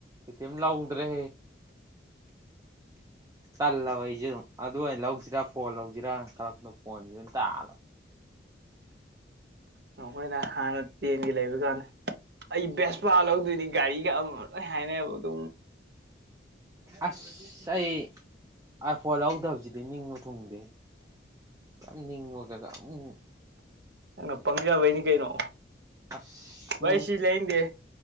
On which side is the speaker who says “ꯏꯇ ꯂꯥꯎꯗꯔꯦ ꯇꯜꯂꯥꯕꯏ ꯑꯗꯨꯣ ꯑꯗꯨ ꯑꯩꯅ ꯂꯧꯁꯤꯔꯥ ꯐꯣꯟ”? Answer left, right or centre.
Right